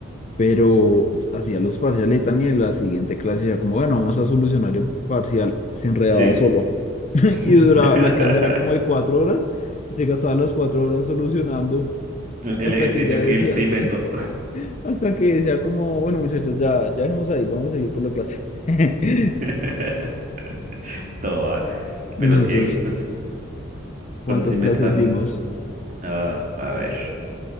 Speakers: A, on the left (about 35°); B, on the right (about 40°).
A: pero hacía los parciales y tan, y en la siguiente clase ya como, bueno, vamos a solucionar el parcial, se enredaba
B: sí.
A: solo. <laughs>
B: <laughs>
A: Y duraba, la clase era como de cuatro horas, y se gastaba las cuatro horas solucionando,
B: El
A: hasta
B: ejercicio
A: que ya
B: que
A: decía,
B: él se inventó.
A: <laughs> sí, hasta que decía como, bueno, muchachos, ya, ya dejemos ahí, vamos a seguir con la clase. <laughs>
B: <laughs> Toda. Pero
A: Nosotros,
B: sí hay pues,
A: ¿cuántas
B: cuando se inventan,
A: clases vimos?
B: ah, a ver,